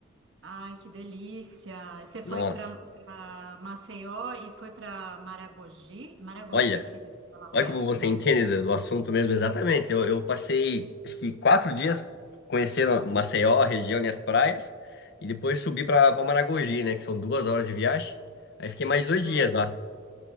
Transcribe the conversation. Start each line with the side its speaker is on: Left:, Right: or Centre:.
Right: Ai, que delícia! Você foi
Left: Nossa,
Right: para Maceió e foi para Maragogi? Maragogi,
Left: olha,
Right: que fica lá perto,
Left: olha como você
Right: não?
Left: entende do do assunto mesmo, exatamente. Eu, eu passei, acho que quatro dias conhecendo Maceió, a região e as praias, e depois subi para pra Maragogi, né, que são duas horas de viagem. Aí fiquei mais
Right: Sei.
Left: dois dias lá.